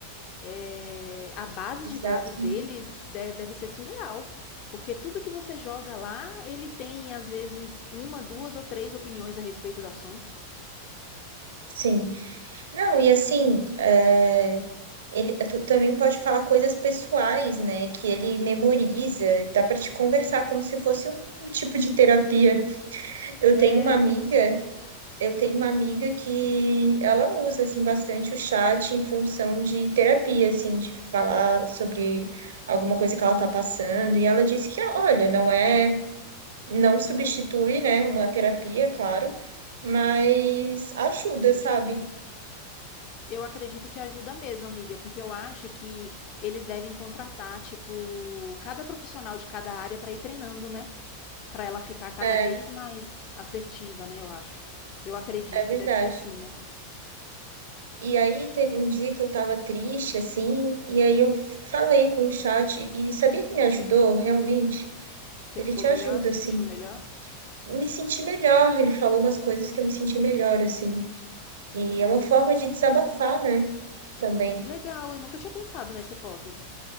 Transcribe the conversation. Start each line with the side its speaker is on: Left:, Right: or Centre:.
Left: é, a base
Right: Exato.
Left: de dados deles de- deve ser surreal. Porque tudo que você joga lá, ele tem, às vezes, uma, duas ou três opiniões a respeito do assunto.
Right: Sim. Não, e assim, é, ele, tu também pode falar coisas pessoais, né? Que ele memoriza, dá para te conversar como se fosse um tipo de terapia. Eu
Left: É,
Right: tenho uma amiga Eu tenho uma amiga que ela usa assim bastante o chat em função de terapia, assim, de falar sobre alguma coisa que ela está passando, e ela disse que, olha, não é, não substitui, né, uma terapia, claro, mas ajuda, sabe?
Left: eu acredito que ajuda mesmo, amiga, porque eu acho que eles devem contratar, tipo, cada profissional de cada área para ir treinando, né? Para ela ficar cada
Right: É,
Left: vez mais assertiva, né? Eu acho. Eu acredito
Right: é verdade.
Left: que deve ser assim, né?
Right: E aí teve um dia que eu estava triste, assim, e aí eu falei com o chat e sabia que me ajudou realmente?
Left: Você
Right: Ele
Left: ficou
Right: te
Left: melhor?
Right: ajuda,
Left: Você
Right: assim.
Left: sentiu melhor?
Right: Me senti melhor, ele falou umas coisas que eu me senti melhor, assim. E é uma forma de desabafar, né? Também.
Left: Legal, eu nunca tinha pensado nessa hipótese.